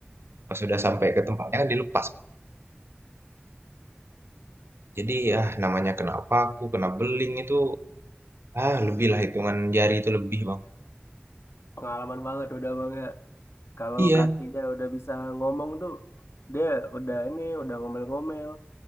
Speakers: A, on the right; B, on the left.
A: pas sudah sampai ke tempatnya kan dilepas kan jadi ah namanya kenapa aku kena beling itu ah lebih lah hitungan jari itu lebih bang
B: Pengalaman banget udah bang ya. Kalau
A: iya
B: kakinya udah bisa ngomong tuh, dia udah ini, udah ngomel-ngomel.